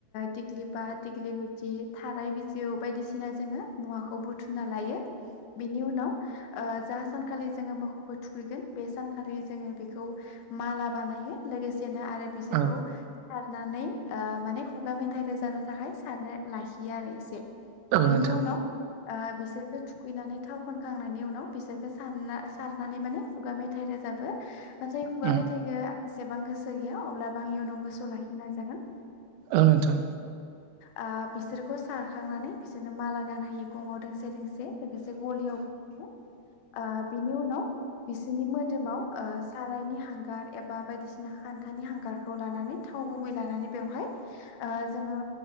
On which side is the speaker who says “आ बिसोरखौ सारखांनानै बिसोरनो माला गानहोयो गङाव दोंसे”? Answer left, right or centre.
Left